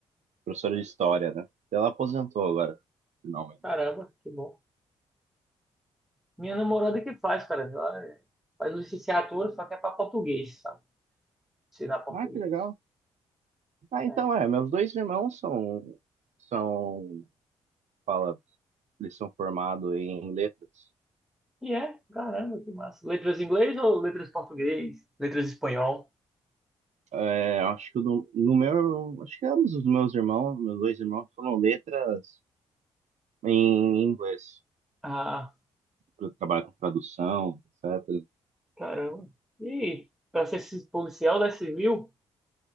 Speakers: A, on the right; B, in the centre.
A: professora de história, né? Ela aposentou agora, finalmente.
B: Caramba, que bom. Minha namorada que faz, cara. Ela faz licenciatura, só que é pra português, sabe? Ensinar português.
A: Ah, que legal. Ah, então
B: É.
A: é, meus dois irmãos são são fala, eles são formados em letras.
B: E é, caramba, que massa. Letras em inglês ou letras em português? Letras em espanhol?
A: É, acho que no, no meu, acho que ambos os meus irmãos, meus dois irmãos foram letras em inglês,
B: Ah,
A: para trabalhar com tradução, etc.
B: caramba. E para ser ci- policial da civil,